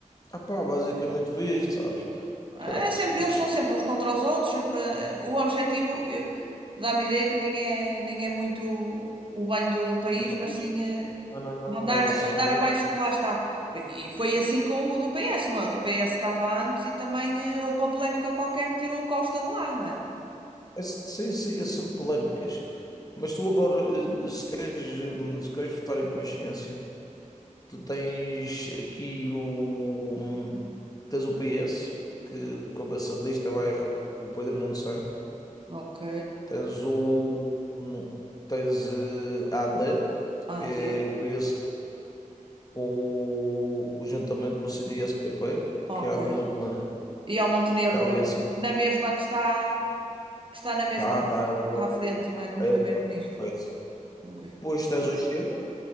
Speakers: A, on the left; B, on the right.
A: Ah pá, basicamente foi
B: Pois.
A: isto, sabes?
B: É
A: Chato,
B: sempre,
A: muito
B: eles
A: chato.
B: estão sempre uns contra os outros, sempre. eh, O objetivo, eu- dá-me ideia que nem é, nem é muito o bem do, do país,
A: O país,
B: mas sim eh,
A: não, não,
B: mandar,
A: não, é, são,
B: mandar
A: é,
B: abaixo o que lá está. E foi assim com o do PS, não é? O do PS estava antes e também eh, houve uma polémica qualquer que tirou o Costa de lá, não é?
A: é, sim, sim, é sempre polémicas. Mas tu agora, eh, se queres, hum, se queres votar em consciência, tu tens aqui o, hum, tens o PS, que o cabeça de lista vai o Pedro Nuno Santos,
B: Ok.
A: tens o, hum, tens eh, a AD,
B: AD.
A: que é o PS com o, juntamente com o CDS-PP,
B: Ok.
A: que é a do Montenegro,
B: E ao Montenegro
A: que a aliança
B: na mesma que está, que está na mesma
A: tá,
B: como-
A: tá, é o-
B: à frente, não é? Como
A: é o-
B: primeiro-ministro.
A: é conversa.
B: Ok.
A: Depois tens o Chega,